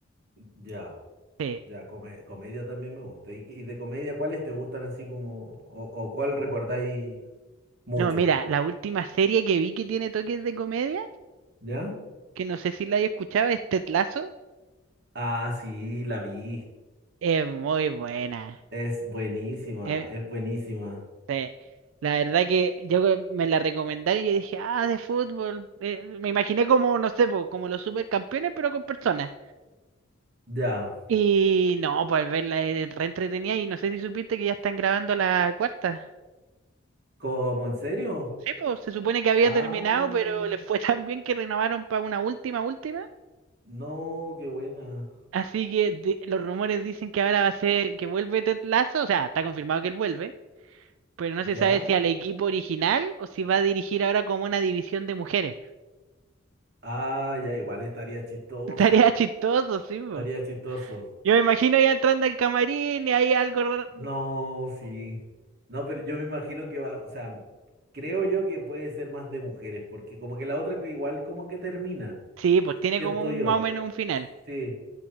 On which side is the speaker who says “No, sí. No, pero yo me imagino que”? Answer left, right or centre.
Right